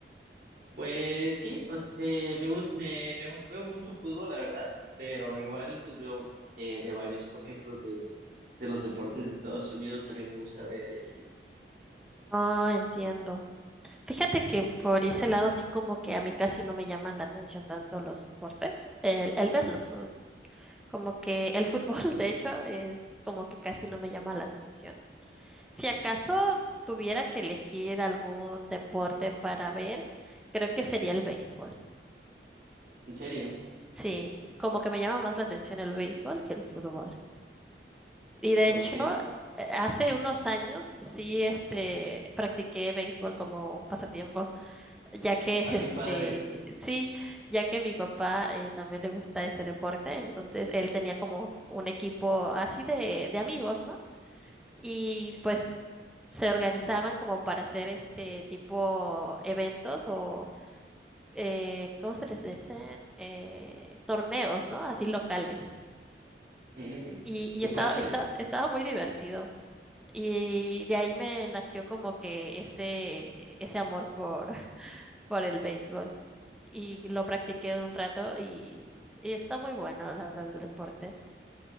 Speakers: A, on the right; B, in the centre.
A: Pues sí, o s- eh, me, gu- me, me gusta, veo mucho fútbol, la verdad, pero igual pues veo eh, de varios, por ejemplo, de, de los deportes de Estados Unidos también me gusta ver y así.
B: Ah, entiendo. Fíjate que por ese lado sí como que a mí casi no me llaman la atención tanto los deportes, el, el verlos, o como que el fútbol <laughs> de hecho es como que casi no me llama la atención. Si acaso tuviera que elegir algún deporte para ver, creo que sería el béisbol.
A: ¿En serio?
B: Sí, como que me llama más la atención el béisbol que el fútbol. Y de
A: Ok.
B: hecho, eh, hace unos años sí este practiqué béisbol como un pasatiempo. ya que <laughs>
A: Ah, qué padre.
B: este, sí, ya que mi papá eh, también le gusta ese deporte, entonces él tenía como un equipo así de, de amigos, ¿no? Y pues se organizaban como para hacer este tipo eventos o, eh, ¿cómo se les dice? Eh, torneos, ¿no? Así locales.
A: Mm,
B: Y, y
A: qué
B: estaba,
A: padre.
B: estaba, estaba muy divertido. Y de ahí me nació como que ese, ese amor por, por el béisbol y lo practiqué un rato y, y está muy bueno, la verdad, el deporte.